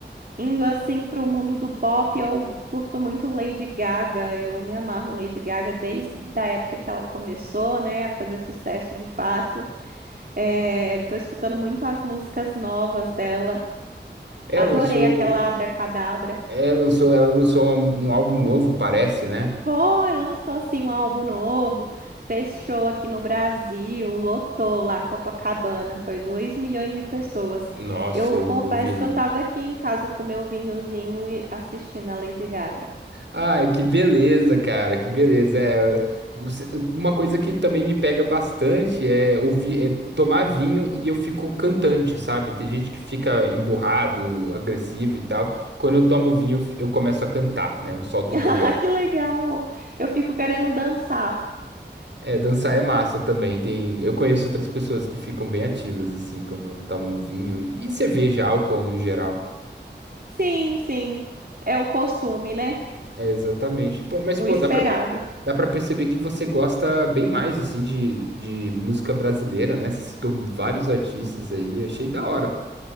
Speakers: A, on the right; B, on the right.
A: Indo assim para o mundo do pop, eu curto muito Lady Gaga. Eu me amarro em Lady Gaga desde a época que ela começou, né, a fazer sucesso de fato. É, tô escutando muito as músicas novas dela.
B: É,
A: Adorei
B: lançou,
A: aquela Abra Cadabra
B: é, lançou, ela lançou um álbum novo, parece, né?
A: Foi, lançou assim um álbum novo, fez show aqui no Brasil, lotou lá Copacabana, foi 2 milhões de pessoas.
B: Nossa,
A: Eu
B: eu,
A: confesso
B: eu vi,
A: que eu estava aqui em casa com meu vinhozinho e assistindo a Lady Gaga.
B: Ai, que beleza, cara, que beleza. É, os- uma coisa que também me pega bastante é, ouvir, é tomar vinho e eu fico cantante, sabe? Tem gente que fica emburrado, agressivo e tal. Quando eu tomo vinho, eu f- eu começo a cantar, né? Eu solto
A: <laughs>
B: o gogó.
A: Ah, que legal! Eu fico querendo dançar.
B: É, dançar é massa também. Tem, eu conheço outras pessoas que ficam bem ativas, assim, quando tomam vinho e, e cerveja, álcool no geral.
A: Sim, sim. É o costume, né?
B: É, exatamente. Pô, mas,
A: O
B: pô,
A: esperado.
B: dá pra Dá pra perceber que você gosta bem mais, assim, de, de música brasileira, né? Você citou vários artistas aí, achei da hora.